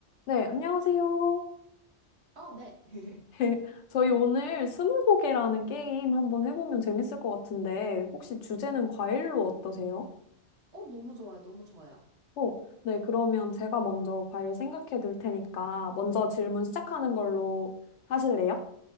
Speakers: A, on the left (about 85°); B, on the right (about 75°).
A: 네, 안녕하세요.
B: 어, 네. <laughs>
A: <laughs> 저희 오늘 스무고개라는 게임 한번 해보면 재밌을 것 같은데, 혹시 주제는 과일로 어떠세요?
B: 어, 너무 좋아요. 너무 좋아요.
A: 어, 네, 그러면 제가 먼저 과일 생각해 둘 테니까, 먼저 질문 시작하는 걸로 하실래요?